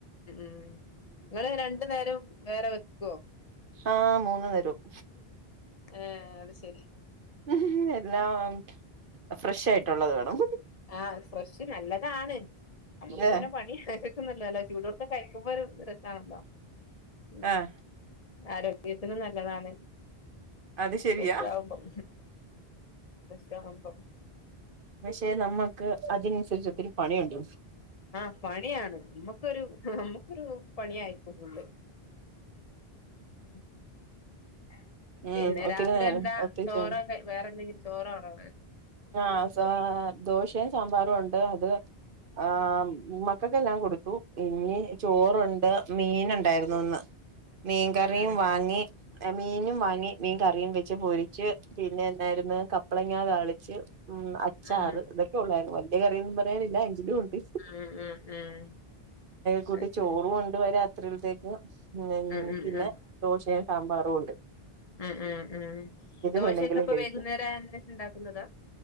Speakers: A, on the left; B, on the right.
A: ഉം നിങ്ങള് രണ്ട നേരം വേറെ വെക്കുവോ
B: ആ മൂന്ന് നേരവും
A: ഏ അത് ശരി
B: ഉം എല്ലാം ഫ്രഷ ആയിട്ടുള്ളത് വേണം
A: ആ ഫ്രഷ് നല്ലതാണ് നമുക്ക് ഇങ്ങനെ
B: ഏഹ്
A: പണിയ ന്നോല്ലോ ചൂടടുക്ക കഴിക്കുമ്പോ ഒരു രസാണല്ലോ ഉം
B: ആഹ്
A: ആരോഗ്യത്തിന് നല്ലതാണ്
B: അത് ശരിയാ
A: വിഷാവുമ്പം വിഷാവുമ്പം
B: പക്ഷേ നമ്മുക്ക് അതിനനുസരിച്ച് ഒത്തിരി പണിയുണ്ട
A: ആ പണിയാണ് നമ്മുക്കൊരു നമ്മുക്കരു പണിയായിരിക്ക കൂള് <inaudible>
B: ഉം
A: പിന്നെ
B: ഒത്തിരി
A: രാത്രി
B: നേരം
A: എന്താ
B: ഒത്തിരി
A: ചോറോക്കെ
B: ചെ
A: വേറെ എന്തെങ്കിലും ചോറോണോ
B: ആ ദോശയും സാമ്പാറും ഉണ്ട് അത് ആ മക്കൾക്കെല്ലാം കൊടുത്തു ഇനി ചോറുണ്ട് മീൻ ഉണ്ടായിരുന്നുന്ന് <unintelligible> <inaudible> മീൻകറിയും
A: ഉം ഉം
B: വാങ്ങി മീനും വാങ്ങി മീൻകറിയും വെച്ച് പൊരിച്ച് പിന്നെ ണ്ടായിരുന്നു കപ്പളങ്ങ താളിച്ച് ഉം അച്ചാറ്
A: ഉം
B: ഇതൊക്കെ ഉള്ളായിരുന്നു വല്ലിയ കറിയൊന്നും പറയാനില്ല എങ്കിലും ഉണ്ട്
A: ഉം ഉം ഉം
B: കൂട്ടി
A: അത്
B: ചോറും
A: ശരി
B: കൊണ്ട് വരാ അത്രത്തേക്ക് ഉ
A: ഉം ഉം
B: പിന്നെ
A: ഉം
B: ദോശയും സാമ്പാറുണ്ട്
A: ഉം ഉം ഉം ദോശയൊക്കെ
B: വേണമെങ്കിലും
A: ഇപ്പൊ
B: കഴിക്കാം
A: വൈകുന്നേര <unintelligible> ണ്ടാക്കുന്നതാ